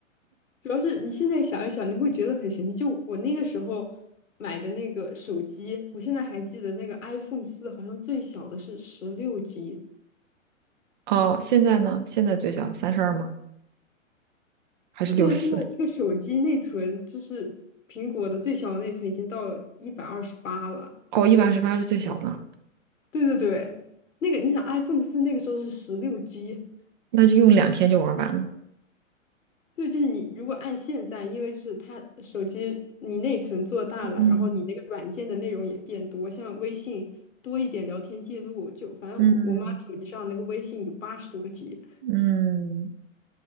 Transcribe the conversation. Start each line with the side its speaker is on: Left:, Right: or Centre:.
Left: 主要是你现在想一想，你会觉得很神奇。就我那个时候买的那个手机，我现在还记得那个 iPhone 四，好像最小的是十六 G。
Right: 哦，现在呢？现在最小三十二吗？还是六十四？
Left: 哇，现在一个手机内存，就是苹果的最小的内存已经到一百二十八了，
Right: 哦，一百二十八是最小的。
Left: 都对对对。那个你想 iPhone 四那个时候是十六 G，
Right: 那就用两天就玩完了。
Left: 对，就是你如果按现在，因为就是它手机你内存做大了，
Right: 嗯
Left: 然后你那个软件的内容也变多，像微信多一点聊天记录，就反正我我妈手机上那个微信有八十多个
Right: 嗯
Left: G。
Right: 嗯，